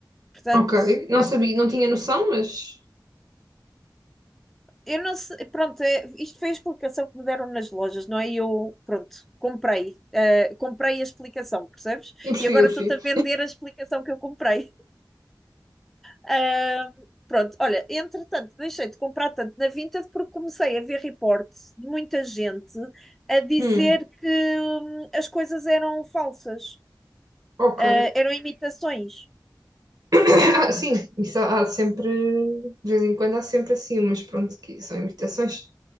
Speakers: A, in the centre; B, on the right.
A: portanto,
B: Ok. Não
A: dá
B: sabia,
A: para pedir
B: não tinha noção, mas
A: eu não sei, pronto, é- isto foi a explicação que me deram nas lojas, não é? E Eu, pronto, comprei, eh, comprei a explicação, percebes?
B: eu percebi,
A: E agora
B: eu percebi.
A: estou-te a vender a explicação que eu comprei. Ah, pronto, olha, entretanto, deixei de comprar tanto na Vinted porque comecei a ver reportes de muita gente a dizer
B: Hum,
A: que hum, as coisas eram falsas,
B: ok.
A: ah, eram imitações.
B: <coughs> Ah, sim, isso há, há sempre, de vez em quando há sempre assim mas pronto, que são imitações.